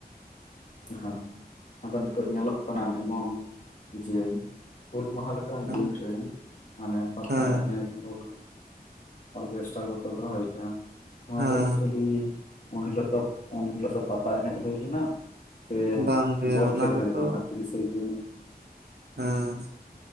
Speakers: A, on the left; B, on the right.
A: ᱦᱟᱸ ᱟᱫᱚ ᱱᱤᱛᱚᱜ ᱧᱮᱞᱚᱜ ᱠᱟᱱᱟ ᱮᱢᱚᱱ ᱡᱮ ᱦᱩᱞ ᱢᱟᱦᱟ‌ ᱞᱮ ᱠᱟᱱ
B: ᱦᱮᱸ
A: ᱫᱤᱱ ᱨᱮ ᱢᱟᱱᱮ ᱯᱟᱛᱟ
B: ᱦᱮᱸ
A: ᱮᱱᱮᱡ ᱫᱚ ᱦᱩᱸ ᱚᱨᱜᱮᱥᱴᱟᱨ ᱠᱚᱠᱚ ᱫᱚᱦᱚᱭᱮᱜᱼᱟ᱾ ᱱᱚᱣᱟ
B: ᱦᱮᱸ
A: ᱫᱚ ᱮᱠᱪᱩᱭᱮᱞᱤ ᱩᱱᱦᱤᱞᱳ ᱫᱚ ᱩᱱ ᱦᱤᱞᱳ ᱫᱚ ᱯᱟᱛᱟ ᱮᱱᱮᱡ ᱦᱩᱭ ᱞᱮᱱᱟ ᱾ ᱥᱮ
B: ᱵᱟᱝᱜᱮ
A: ᱵᱚᱞ
B: ᱚᱱᱟ
A: ᱠᱷᱮᱹᱞ
B: ᱠᱚᱫᱚ
A: ᱦᱩᱭᱱᱟ ᱛᱤᱨᱤᱥᱮ ᱡᱩᱱ
B: ᱦᱮᱸ